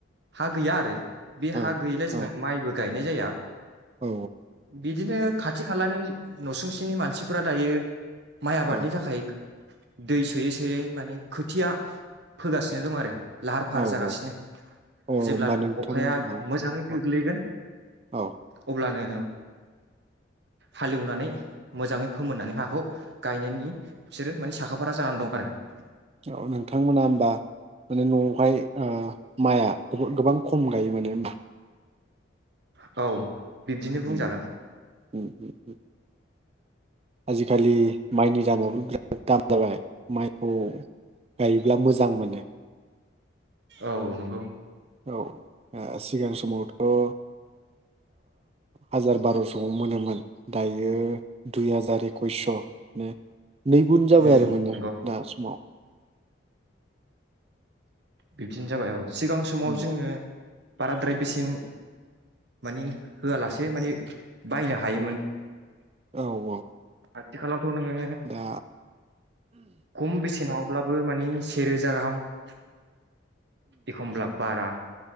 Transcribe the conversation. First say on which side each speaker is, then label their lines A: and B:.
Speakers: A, on the right; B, on the right.
A: हा गैया आरो। बे
B: औ
A: हा गैयिलाय
B: औ
A: जोंहा माइबो गायनाय जाया
B: औ
A: बिदिनो खाथि खा खाथि खालानि नसुंसेनि मानसिफोरा दायो। माइ आबादनि
B: औ
A: थाखाय। दै सोयै सोयै माने खोथिया फोगासिनो दं आरो लाहार फाहार
B: औ
A: जागासिनो
B: अ होमबा
A: जेब्लानो
B: नोंथां
A: अखाया
B: औ
A: मोजाङै गोग्लैगोन
B: औ औ
A: अब्लानो। हालेवनानै मोजाङै फोमोननानै हाखौ। गायनायनि बिसोरो मानि साखाफारा जानानै दं आरो
B: औ नोंथांमोना होमबा माने न'आवहाय ओ माइआ गोबां खम गायो माने होमबा।
A: औ। बिब्दिनो बुंजागोन
B: ओम ओम ओम ओम। आजिखालि माइनि दामाबो बिराद दाम जाबाय माइखौ गायोब्ला मोजां मोनो।
A: औ नंगौ।
B: औ ओ सिगां समावथ'। ओ। हाजार बार'स'आवनो मोनोमोन दायो दुइ हाजार एकइसस' माने नै गुन जाबाय
A: उम
B: आरो माने
A: नंगौ
B: दा समाव
A: बिबदिनो जाबाय औ। सिगां समाव
B: उम,
A: जोङो बाराद्राय बेसेन मानि होआलासे माने बायनो हायोमोन।
B: औ औ।
A: आथिखालाव। थ'नोङो
B: दा
A: खम बेसेनावब्लाबो मानि से रोजा। <unintelligible> एखमब्ला बारा